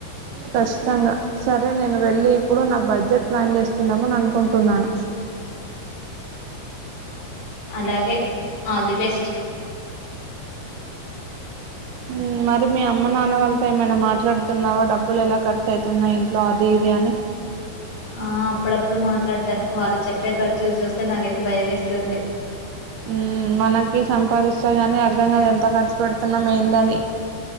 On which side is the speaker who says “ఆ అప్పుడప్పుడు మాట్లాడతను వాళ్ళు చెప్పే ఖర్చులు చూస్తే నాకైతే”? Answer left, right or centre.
Left